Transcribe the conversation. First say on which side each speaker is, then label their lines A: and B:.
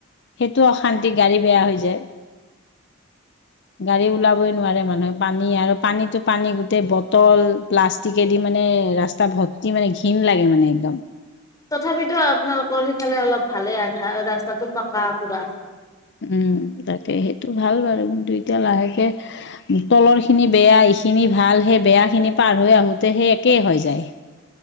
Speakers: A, on the left; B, on the left.
A: সেইটো অশান্তি গাড়ী বেয়া হৈ যায় গাড়ী ওলাবই নোৱাৰে মানুহে পানী আৰু পানীতো পানী গোটেই বটল প্লাষ্টিকেদি মানে ৰাস্তা ভৰ্তি মানে ঘিণ লাগে মানে একদম
B: তথাপিতো আপোনালোকৰ সেইফালে অলপ ভালেই আধা ৰাস্তাটো পকা পুৰা
A: উম তাকে সেইটো ভাল বাৰু কিন্তু এতিয়া লাহেকে তলৰ খিনি বেয়া এইখিনি ভাল সেই বেয়া খিনি পাৰ হৈ আহোতে সেই একেই হৈ যায়